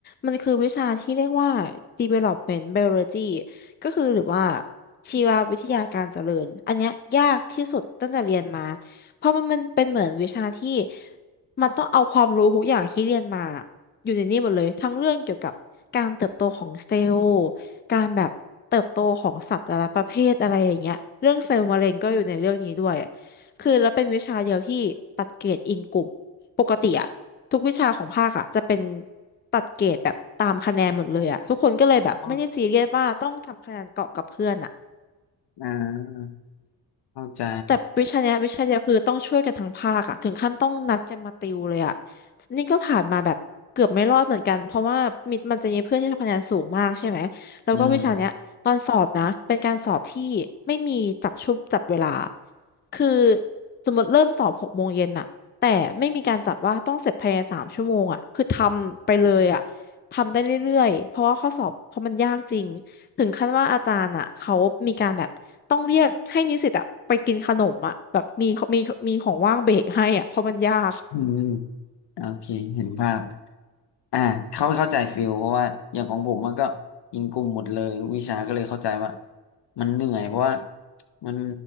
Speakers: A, on the left (about 25°); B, on the left (about 60°).
A: มันคือวิชาที่เรียกว่า Development Biology ก็คือหรือว่าชีววิทยาการเจริญอันเนี้ยยากที่สุดตั้งแต่เรียนมาเพราะมันมันเป็นเหมือนวิชาที่มันต้องเอาความรู้ทุกอย่างที่เรียนมาอยู่ในนี่หมดเลยทั้งเรื่องเกี่ยวกับการเติบโตของเซลล์ การแบบเติบโตของสัตว์แต่ละประเภทอะไรอย่างเงี้ยเรื่องเซลล์มะเร็งก็อยู่ในเรื่องนี้ด้วยคือแล้วเป็นวิชาเดียวที่ตัดเกรดอิงกลุ่มปกติอะทุกวิชาของภาคอะจะเป็นตัดเกรดแบบตามคะแนนหมดเลยอะทุกคนก็เลยแบบไม่ได้ซีเรียสว่าต้องทำคะแนนเกาะกับเพื่อนอะ
B: อ๋ออ่าเข้าใจ
A: แต่วิชาเนี้ยวิชาเดียวคือต้องช่วยกันทั้งภาคอะถึงขั้นต้องนัดกันมาติวเลยอะนี่ก็ผ่านมาแบบเกือบไม่รอดเหมือนกันเพราะว่ามิดมันจะมีเพื่อนที่ทำคะแนนสูงมากใช่ไหมแล้วก็วิชาเนี้ยตอนสอบนะเป็นการสอบที่ไม่มีจับชุบจับเวลา
B: อืม
A: คือสมมติเริ่มสอบหกโมงเย็นน่ะแต่ไม่มีการจับว่าต้องเสร็จภายในสามชั่วโมงอะคือทำไปเลยอะทำได้เรื่อยๆเพราะว่าข้อสอบเพราะมันยากจริง ถึงขั้นว่าอาจารย์อ่ะเขามีการแบบต้องเรียกให้นิสิตอ่ะไปกินขนมอ่ะแบบมีมีมีของว่างเบรกให้อ่ะเพราะมันยาก
B: อืมโอเคเห็นภาพ อ่าเขาเข้าใจฟิลเพราะว่าอย่างของผมมันก็อิงกลุ่มหมดเลยทุกวิชาก็เลยเข้าใจว่ามันเหนื่อยเพราะว่ามัน